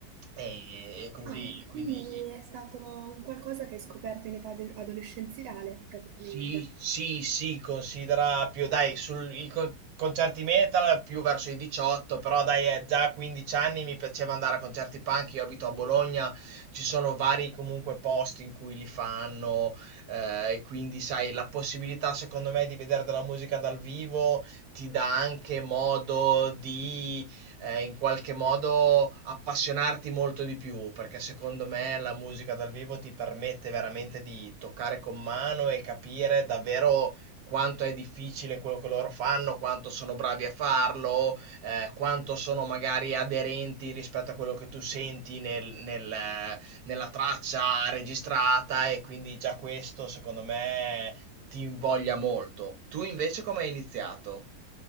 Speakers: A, on the right; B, on the right.
A: eh, e, e così,
B: Ah, quindi
A: quindi
B: è stato un qualcosa che hai scoperto in età de adolescenziale praticamente.
A: Sì, sì, sì, considera più, dai, sul, i con- concerti metal più verso i 18, però dai, eh, già a 15 anni mi piaceva andare a concerti punk, io abito a Bologna, ci sono vari comunque posti in cui li fanno, eh, e quindi sai, la possibilità secondo me di vedere della musica dal vivo ti dà anche modo di eh, in qualche modo appassionarti molto di più, perché secondo me la musica dal vivo ti permette veramente di toccare con mano e capire davvero quanto è difficile quello che loro fanno, quanto sono bravi a farlo, eh, quanto sono magari aderenti rispetto a quello che tu senti nel- nel, eh, nella traccia registrata e quindi già questo secondo me ti invoglia molto. Tu invece come hai iniziato?